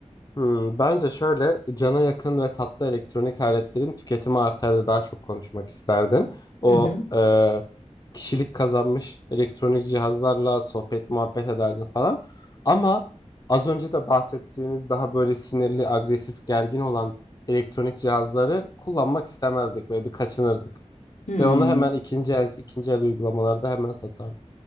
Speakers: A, on the left; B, on the left.
A: Hmm, bence şöyle cana yakın ve tatlı elektronik aletlerin tüketimi artar da daha çok konuşmak isterdin. O
B: Hı hı.
A: e, kişilik kazanmış elektronik cihazlarla sohbet muhabbet ederdin falan. Ama az önce de bahsettiğimiz daha böyle sinirli, agresif, gergin olan elektronik cihazları kullanmak istemezdik. Böyle bir kaçınırdık.
B: Hmm.
A: Ve onu hemen ikinci el, ikinci el uygulamalarda hemen satardım.